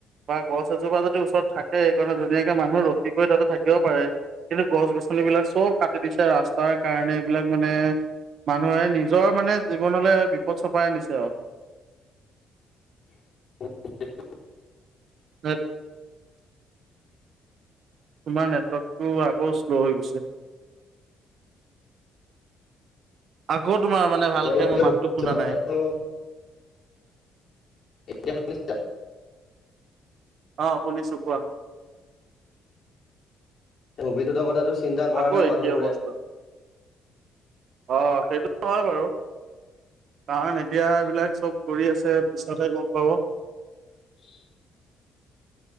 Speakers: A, on the right; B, on the left.
A: বা গছ এজোপা যদি ওচৰত থাকে, সেইকণত ধুনীয়াকে মানুহ ৰখি কৰি তাতে থাকিবও পাৰে। কিন্তু গছ-গছ গছনি বিলাক চব কাটি দিছে ৰাস্তাৰ কাৰণে, এইবিলাক মানে মানুহে নিজৰ মানে জীৱনলৈ বিপদ চপাই আনিছে আৰু
B: <unintelligible>
A: <unintelligible> তোমাৰ নেটৱৰ্কটো আকৌ শ্ল' হৈ গৈছে। আগত তোমাৰ মানে ভালকে
B: তেওঁলোকে
A: মই মাতটো
B: ভৱিষ্যতৰ
A: শুনা
B: কথাটো
A: নাই।
B: <unintelligible>
A: অ, শুনিছো কোৱা।
B: ভৱিষ্যত কথাটো চিন্তা কৰা
A: আকৌ
B: নাই
A: একেই
B: মানুহবোৰে।
A: অৱস্থা অ, সেইটোতো হয় বাৰু। কাৰণ এতিয়া এইবিলাক চব কৰি আছে, পিছতহে গম পাব।
B: <inaudible>